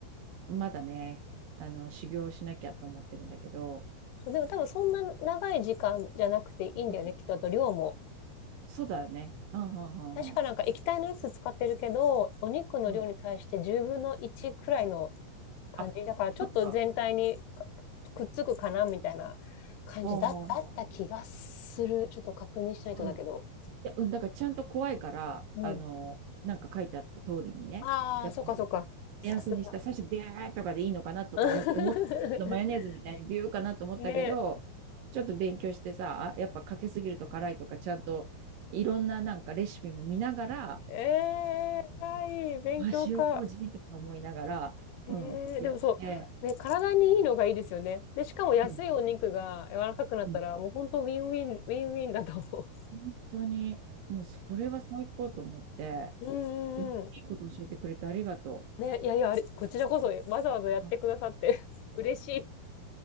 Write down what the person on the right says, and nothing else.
まだね、あの、修行しなきゃと思ってるんだけど、
うん、
そうだよね。うん、うん、うん、
うん。
うん
あ、そっか。
ほうほうほ
う。うん。いや、うん、だからちゃんと怖いから、
あの、なんか書いてあった通りにね、
やっぱり、
目安にした、最初、ビューとかでいいのかなとかお思ったけど、
マヨネーズみたいにビューかなと思ったけど、
ちょっと勉強してさ、やっぱかけすぎると辛いとか、ちゃんといろんななんかレシピも見ながら、
あ、塩麹とか思いながら、
うん、やって、
うん、うん、
本当に、もうそれは最高と思って、
でいいこと教えてくれてありがと
う。